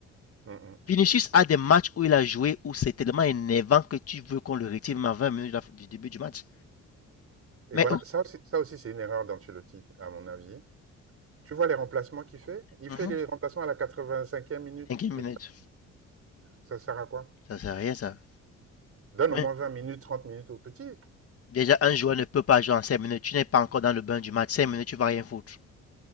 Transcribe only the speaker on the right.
Mm, mm.
Et
voilà, ça aussi, ça aussi c'est une erreur d'Ancelotti, à mon avis. Tu vois les remplacements qu'il fait? Il
fait les remplacements à la quatre vingt cinquième minute.
Tu- Ça sert à quoi?
Donne au moins
20 minutes, 30 minutes au petit.